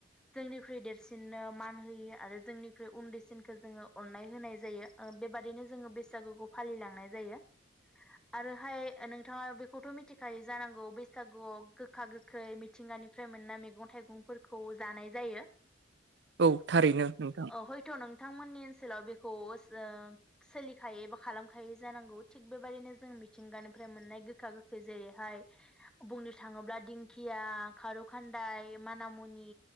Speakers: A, in the centre; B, on the right.
A: जोंनिख्रुइ देरसिननो मान होयो आरो जोंनिख्रुइ उन्दैसिनखो जोङो अननाय होनाय जायो ओ बेबादिनो जोङो बैसागुखौ फालिलां नाय जायो आरोहाय नोंथाङा बेखौथ मिथिखायो जानांगौ बैसागुआव गोखा गोखै मिथिंगानिफ्राय मोननाय मैगं थाइगंफोरखौ जानाय जायो।
B: औ थारैनो नोंथां
A: अ हयथ नोंथांमोननि ओनसोलाव बेखौ जों सोलिखायो एबा खालाम खायो जानांगौ थिग बेबादिनो जों मिथिंगानिफ्राय मोननाय गोखा गोखै जेरैहाय बुंनो थाङोब्ला दिंखिया खारौ खान्दाय मानामुनि